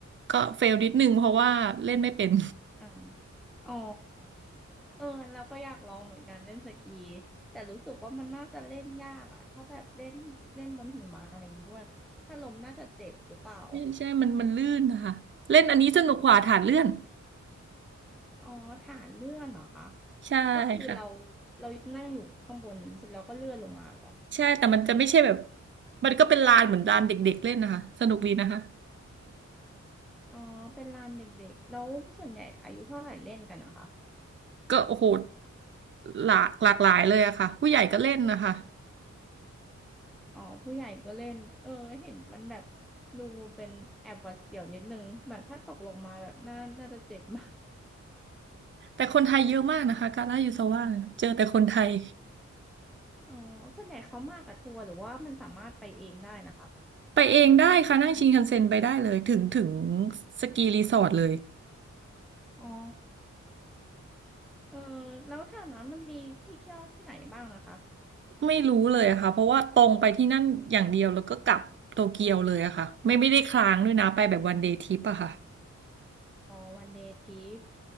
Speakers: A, on the right (about 40°); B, in the centre.
A: ก็เฟลนิดนึงเพราะว่าเล่นไม่เป็น
B: อ่า อ๋อเออเราก็อยากลองเหมือนกันเล่นสกีแต่รู้สึกว่ามันน่าจะเล่นยากอะถ้าแบบเล่นเล่นบนหิมะอะไรอย่างนี้ด้วยถ้าล้มน่าจะเจ็บหรือเปล่า
A: ใช่ใช่มันมันลื่นนะคะเล่นอันนี้สนุกกว่าฐานเลื่อน
B: อ๋อฐานเลื่อนเหรอคะ
A: ใช่
B: ก็คือเรา
A: ค่ะ
B: เรานั่งอยู่ข้างบนเสร็จแล้วก็เลื่อนลงมาเหรอ
A: ใช่แต่มันจะไม่ใช่แบบ มันก็เป็นลานเหมือนลานเด็กๆเล่นนะคะสนุกดีนะคะ
B: อ๋อเป็นลานเด็กๆแล้วส่วนใหญ่อายุเท่าไหร่เล่นกันนะคะ
A: ก็โอ้โหหลากหลากหลายเลยอะค่ะ ผู้ใหญ่ก็เล่นนะคะ
B: อ๋อผู้ใหญ่ก็เล่นเออเห็นมันแบบดูเป็นแอบหวาดเสียวนิดนึงแบบถ้าตกลงมาแบบน่าน่าจะเจ็บมาก
A: แต่คนไทยเยอะมากนะคะกาลายูซาว่าเนี่ยเจอแต่คนไทย
B: อ๋อส่วนใหญ่เขามากับทัวร์หรือว่ามันสามารถไปเองได้นะคะ
A: ไปเองได้ค่ะ นั่งชินคันเซ็นไปได้เลย ถึงถึงสกีรีสอร์ทเลย
B: อ๋อเออแล้วแถวนั้นมันมีที่เที่ยวที่ไหนบ้างนะคะ
A: ไม่รู้เลยอะค่ะเพราะว่าตรงไปที่นั่นอย่างเดียวแล้วก็กลับโตเกียวเลยอะค่ะไม่ไม่ได้ค้างด้วยนะไปแบบวันเดย์ทริปอะค่ะ
B: อ๋อวันเดย์ทริป